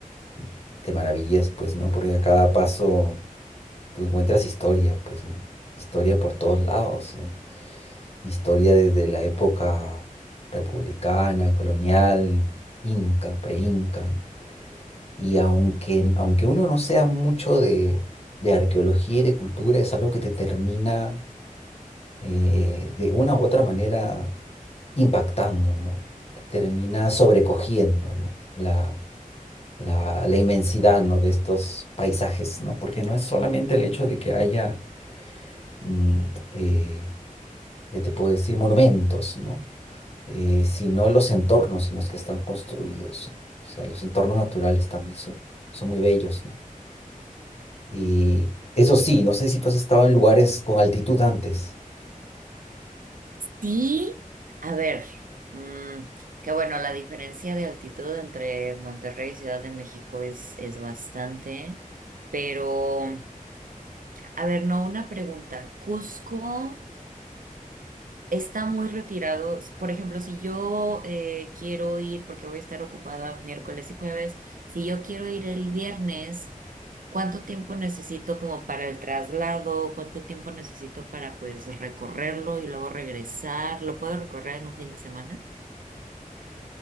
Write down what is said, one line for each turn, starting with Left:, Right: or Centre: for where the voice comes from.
Left: y te maravillas, pues, ¿no? Porque a cada paso tú encuentras historia, pues, ¿no? Historia por todos lados, ¿no? Historia desde la época republicana, colonial, inca, preinca. inca Y aunque, aunque uno no sea mucho de, de arqueología y de cultura, es algo que te termina eh, de una u otra manera impactando, ¿no? Te termina sobrecogiendo, ¿no? La, la, la inmensidad, ¿no? de estos paisajes, ¿no? Porque no es solamente el hecho de que haya, mm, eh, ¿qué te puedo decir? Monumentos, ¿no? Eh, sino los entornos en los que están construidos. O sea, los entornos naturales también son, son muy bellos, ¿no? Y eso sí, no sé si tú has estado en lugares con altitud antes.
Right: Sí, a ver, mm, que bueno, la diferencia de altitud entre Monterrey y Ciudad de México es, es bastante, pero, a ver, no, una pregunta. Cusco está muy retirado. Por ejemplo, si yo eh, quiero ir, porque voy a estar ocupada miércoles y jueves, si yo quiero ir el viernes, ¿cuánto tiempo necesito como para el traslado? ¿Cuánto tiempo necesito para pues recorrerlo y luego regresar? ¿Lo puedo recorrer en un fin de semana?